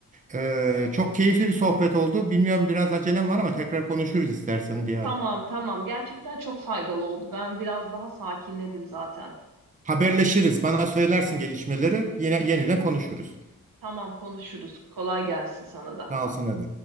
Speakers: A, on the right; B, on the right.
A: E, çok keyifli bir sohbet oldu. Bilmiyorum biraz acelem var ama tekrar konuşuruz istersen bir ara.
B: Tamam tamam gerçekten çok faydalı oldu. Ben biraz daha sakinledim zaten.
A: Haberleşiriz. Bana söylersin gelişmeleri. Yine yeniden konuşuruz.
B: Tamam konuşuruz. Kolay gelsin sana da.
A: Sağ ol sana da.